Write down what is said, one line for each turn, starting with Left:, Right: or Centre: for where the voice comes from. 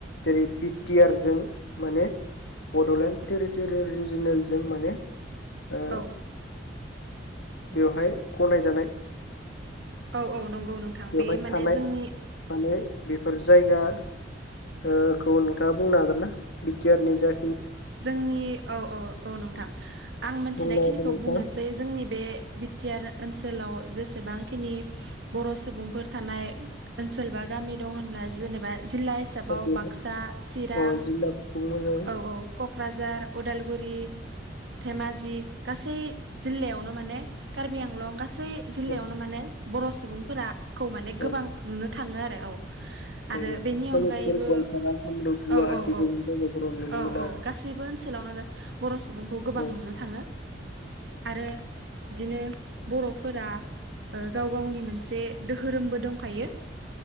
Left: जेरै बि टि आर जों माने बड'लेण्ड टेरिट'रियेल रिजिनेलजों माने ओ
Right: औ
Left: बेवहाय गनायजानाय
Right: औ औ नंगौ नोंथां
Left: बेवहाय
Right: बे माने
Left: थानाय
Right: जोंनि
Left: माने बेफोर जायगा ओ खौ नोंथाङा बुंनो हागोन ना बिटिआ नि जि
Right: जोंनि औ औ औ नोंथां आं मिथिनायखिनिखौ
Left: बुंना होदो नोंथाङा
Right: बुंनोसै जोंनि बे बि टि आर ओनसोलाव जेसेबांखिनि बर' सुबुंफोर थानाय ओनसोल बा गामि दं होनब्ला जेनेबा जिल्ला हिसाबाव
Left: बेहाय
Right: बाक्सा चिरां
Left: अ जिल्लाफोरखौ मोजाङै
Right: औ औ झार उदालगुरि धेमाजि गासै जिल्लायावनो माने कार्बि आंलं गास सै जिल्लायावनो
Left: औ
Right: माने बर' सुबुंफोरा खौ माने गोबां
Left: औ
Right: नुनो थाङो आरो औ आरो
Left: नंगौ
Right: बेनि
Left: सनितपुर
Right: अनगायैबो
Left: गवालपारा कामरुप गुवाहाटि
Right: औ औ औ
Left: गोबां जायगाफोराव नुनो
Right: औ
Left: मोनो
Right: औ
Left: आरो
Right: सैबो ओनसोलावनो बर' सुबुंखौ गोबां
Left: औ
Right: नुनो थाङो आरो इदिनो बर'फोरा गाव गावनि मोनसे दोहोरोमबो दंखायो